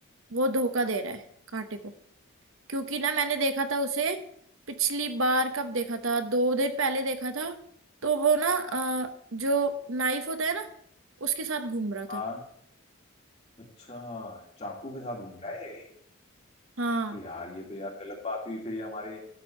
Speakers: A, on the right; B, on the left.
A: वो धोखा दे रहा है कांटे को क्योंकि ना मैंने देखा था उसे पिछली बार कब देखा था दो दिन पहले देखा था तो वो ना अ, जो नाइफ होता है ना उसके साथ घूम रहा
B: हाँ
A: था
B: अच्छा चाकू के साथ घूम रहा है ये
A: हाँ
B: तो यार ये तो यार गलत बात हुई फिर ये हमारे